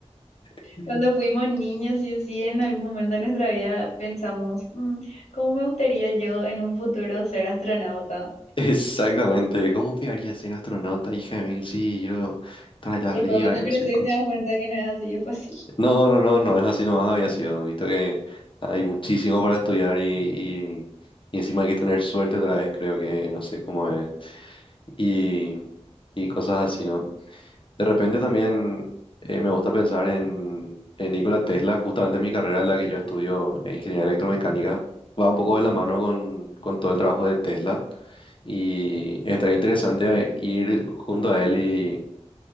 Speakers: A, on the left; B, on the left.
A: <laughs>
B: Cuando fuimos niños, y sí, en algún momento de nuestra vida pensamos, "Mm, ¿cómo me gustaría yo en un futuro ser astronauta?
A: Exactamente, ¿cómo pegaría ser astronauta, hija de mil? Sí, yo estar allá
B: Y
A: arriba
B: después cuando
A: y no
B: creces
A: sé qué.
B: te das cuenta que no es así de fácil.
A: No, no, no, no es así nomás había sido. Visto que hay muchísimo para estudiar y, y, y encima hay que tener suerte otra vez, creo que no sé cómo es. Y, y cosas así, ¿no? De repente también eh, me gusta pensar en, en Nikola Tesla, justamente mi carrera, la que yo estudio en ingeniería electromecánica, va un poco de la mano con, con todo el trabajo de Tesla. Y estaría interesante eh, ir junto a él